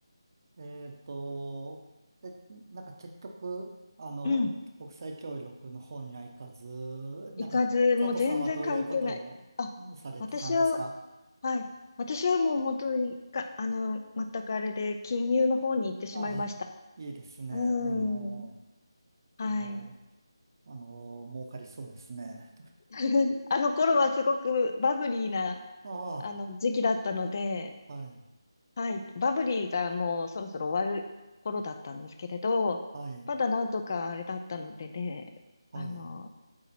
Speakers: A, on the right (about 45°); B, on the left (about 40°).
A: えっと、え、なんか結局、あの、
B: うん。
A: 国際協力の方には行かず、なんか、
B: 行かず、
A: 佐藤さんはどういうことをされてたんですか
B: もう全然関係ない。あ、私は、はい。私はもう本当にか、あの、全くあれで、金融の方に行ってしまいました。
A: あ、いいですね。
B: う
A: あの、
B: ーん。
A: あの、
B: はい。
A: あの、儲かりそうですね。
B: <laughs> あの頃はすごくバブリーな、
A: ああ。
B: あの、時期だったので、
A: はい、
B: はい。バブリーがもうそろそろ終わる頃だったんですけれど、
A: はい、
B: まだなんとかあれだったのでね、
A: はい。
B: あの、